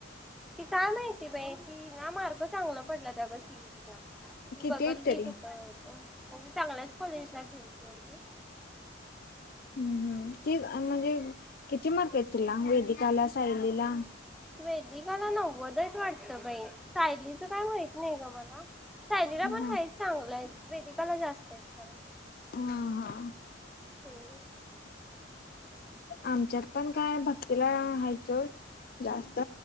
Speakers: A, in the centre; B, on the left.
A: ती काय माहिती बाई ती ना मार्क चांगला पडल्या त ग सीईटीला ती
B: किती
A: बघल
B: आहेत तरी
A: की कुठ अ म्हणजे चांगल्याच कॉलेजला घेइल सोड ती
B: हम्म हम् ती अ म्हणजे किती मार्क आहेत तीला वेदिका ला, सायली ला?
A: वेदिकाला नव्वद आहेत वाटतं बाई सायलीचं काय माहीत नाही ग मला. सायली
B: हा
A: पण हायत चांगलं आहेत वेदिकाला जास्त आहेत खर
B: हा हा
A: हम
B: आमच्यात पण काय भक्तीला आ हायत सोड जास्त